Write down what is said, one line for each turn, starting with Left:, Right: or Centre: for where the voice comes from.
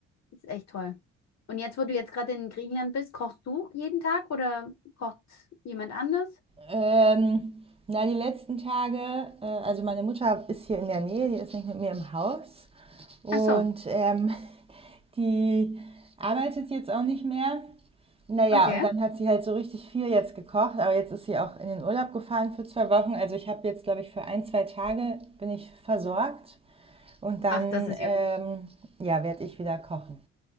Left: Ist echt toll. Und jetzt, wo du jetzt gerade in Griechenland bist, kochst du jeden Tag oder kocht jemand anders?
Right: Ähm, na, die letzten Tage, äh, also meine Mutter ist hier in der Nähe, die ist nicht mit mir im Haus. Und
Left: Ach so,
Right: ähm, <laughs> die arbeitet jetzt auch nicht mehr. Naja,
Left: okay.
Right: und dann hat sie halt so richtig viel jetzt gekocht, aber jetzt ist sie auch in den Urlaub gefahren für zwei Wochen. Also ich habe jetzt, glaube ich, für ein, zwei Tage bin ich versorgt und dann,
Left: Ach, das ist
Right: ähm,
Left: ja gut.
Right: ja, werde ich wieder kochen.